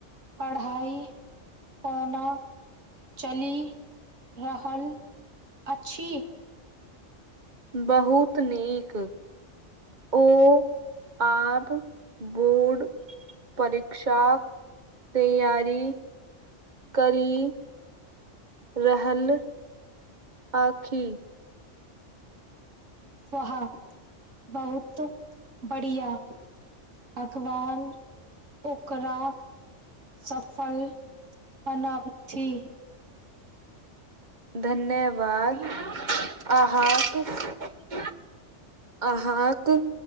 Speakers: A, on the right; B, on the right.
A: पढ़ाइ कोना चलि रहल अछि
B: बहुत नीक ओ आब बोर्ड परिक्षा तैयारी करि रहल अछि
A: वहा बहुत बढ़ियाँ भगवान ओकरा सफल बनबथि
B: धन्यवाद अहाँक अहाँक